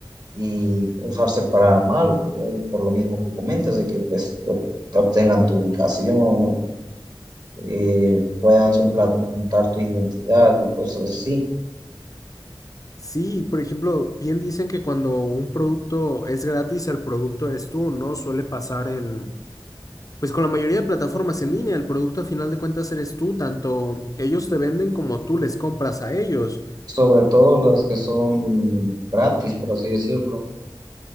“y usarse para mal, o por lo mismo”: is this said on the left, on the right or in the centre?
Right